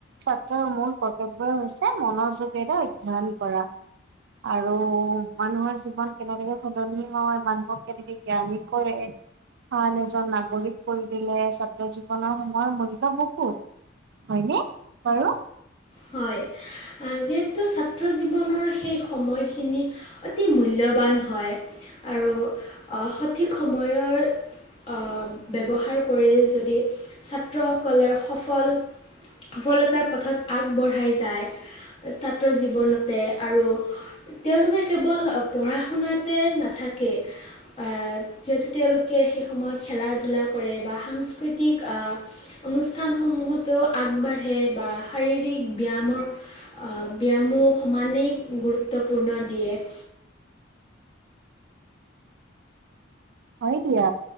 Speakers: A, on the right (about 60°); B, on the left (about 30°).
A: ছাত্ৰৰ মূল কৰ্তব্যই হৈছে মনোযোগেৰে অধ্যয়ন কৰা। আৰু মানুহৰ জীৱন কেনেদৰে সলনি হয় মানুহক কেনেকে জ্ঞানী কৰে ভাল এজন নাগৰিক কৰি দিলে ছাত্ৰ জীৱনৰ সময়ৰ মূল্য বহুত। হয়নে বাৰু?
B: হয় আ যিহেতু ছাত্ৰ জীৱনৰ সেই সময়খিনি অতি মূল্যৱান হয় আৰু অ, সঠিক সময়ৰ অ, ব্যৱহাৰ কৰে যদি ছাত্ৰসকলৰ সফল সফলতাৰ পথত আগবঢ়াই যায় ছাত্ৰ জীৱনতে আৰু তেওঁলোকে কেৱল <unintelligible> পঢ়া শুনাতে নাথাকে আ যিহেতু তেওঁলোকে সেই সময়ত খেলা ধূলা কৰে বা সাংস্কৃতিক আ অনুষ্ঠান সমূহতো আগবাঢ়ে বা শাৰীৰিক ব্যায়ামৰ অ, ব্যায়ামো সমানেই গুৰুত্বপূৰ্ণ দিয়ে।
A: হয় দিয়া